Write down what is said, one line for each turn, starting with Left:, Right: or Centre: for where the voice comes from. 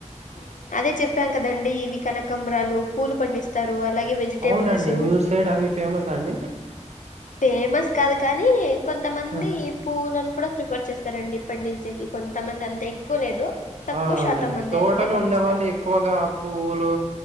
Left: హ్మ్మ్ అదే చెప్పాం కదండి ఇవి కనకంబరాలు పూలు పండిస్తారు అలాగే వెిటబుల్స్
Right: అవునండి మీ ఊరు సైడ్ అవి ఫేమస్ అండి
Left: ఫేమస్ కాదు కానీ కొంత మంది
Right: ఆ!
Left: పలను కూడా ప్రిఫర్ చేస్తారండి ఇప్పటి నుంచేకి కొంతమంది అంత ఎక్కువ లేదు తక్కువ
Right: అవునండి
Left: శాతం మంది
Right: టోటల్
Left: అంతే పండిస్తారు
Right: ఉండే వాళ్ళు ఎక్కువగా పులు